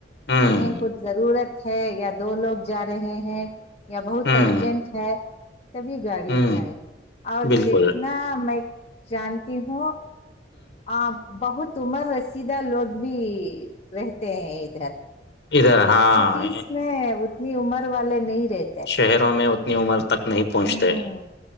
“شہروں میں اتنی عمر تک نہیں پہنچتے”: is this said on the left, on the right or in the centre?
Left